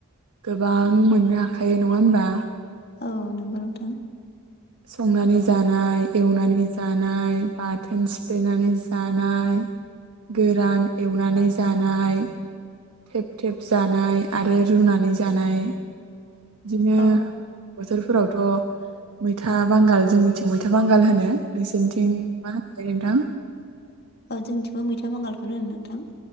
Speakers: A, on the right; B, on the left.
A: गोबां मोननो हाखायो नङा होनबा?
B: औ नंगौ नोंथां।
A: संनानै जानाय एवनानै जानाय बाथोन सिफ्ले नानै जानाय गोरान एवनानै जानाय थेब थेब जानाय आरो रुनानै जानाय बिदिनो
B: औ
A: बोथोर फोरावथ मैथा बांगाल जोंनिथिं मैथा बांगाल होनो नोंसोर निथिं मा होनोथाय नोंथां?
B: ओ जोंनि थिंबो मैथा बांगाल खौनो होनो नोंथां।